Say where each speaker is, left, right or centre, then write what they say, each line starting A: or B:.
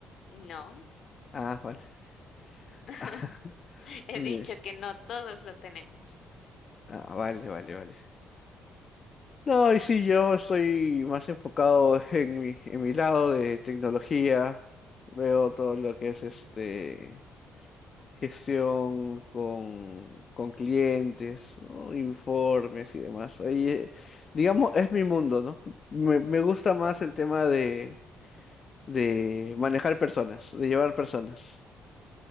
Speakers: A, on the left (about 65°); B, on the left (about 40°).
A: No.
B: Ah, vale. <laughs>
A: <laughs>
B: Ah,
A: <laughs> He
B: ye-
A: dicho que no todos lo tenemos.
B: ah, vale, vale, vale. No, y sí, yo estoy más enfocado <laughs> en mi, en mi lado de tecnología. Veo todo lo que es este gestión con, con clientes, ¿no? Informes y demás. Ahí, eh, digamos, es mi mundo, ¿no? Me, me gusta más el tema de, de manejar personas, de llevar personas.